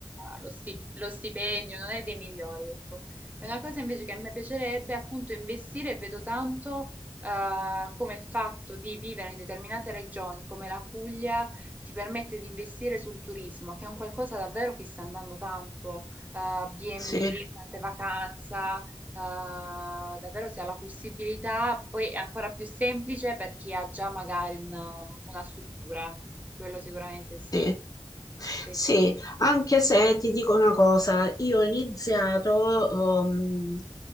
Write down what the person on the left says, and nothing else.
Sì,
sì.
Sì, anche se ti dico una cosa, io ho iniziato ehm,